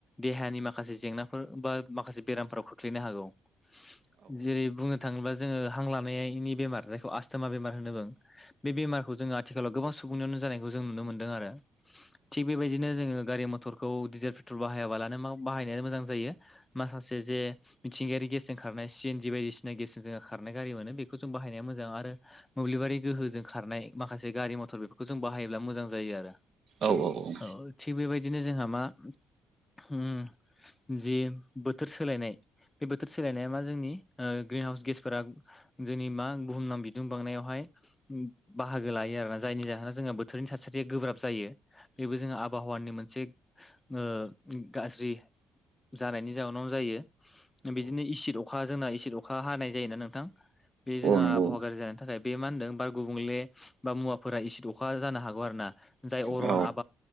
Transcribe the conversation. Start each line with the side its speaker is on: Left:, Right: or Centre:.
Left: देहानि माखासे जेंनाफोर बा माखासे बेरामफोराव खोख्लैनो हागौ। जेरै बुंनो थांङोब्ला जोंङो हां लानायनि बेमार जायखौ आस्थमा बेमार होनना बुं। बे बेमारखौ जोंङो आथिखालाव गोबां सुबुंनियावनो जानायखौ जों नुनो मोनदों आरो। थिग बेबाय दिनो जोंङो गारि मथरखौ डिजेल पेट्रल बाहायाबालानो मा बाहायनायानो मोजां जायो माखासे जे मिथिंगायारि गेसजों खारनाय सि एन जि बायदिसिना गेसजों जोंङो खार नाय गारि मोनो बेखौ जों बाहायनाया मोजां आरो मोब्लिबारि गोहोजों खारनाय माखासे गारि मथर बेफोरखौ जों बाहायोब्ला मोजां जायो आरो।
Right: औ औ औ।
Left: औ थिग बेबायदिनो जोंहा मा <unintelligible> जि बोथोर सोलायनाय बे बोथोर सोलायनाया मा जोंनि ओ ग्रिन हाउस गेसफोरा जोंनि मा बुहुम नाम बिदुं बांनायावहाय बाहागो लायो आरोना जायनि जाहोनाव जोंना बोथोरनि थासारिया गोब्राब जायो। बेबो जोंङो आबहावानि मोनसे ओ गाज्रि जानायनि जाहोनावनो जायो। बिदिनो एसिद अखा जोंना एसिद अखा हानाय जायोना नोंथां? बे जोंहा
Right: नंगौ
Left: आबहावा गाज्रि जानायनि थाखाय बे मा होनदों बार गुबुंले बा मुवाफोरा एसेद अखा जानो हागौ आरो ना जाय अरन
Right: औ
Left: आब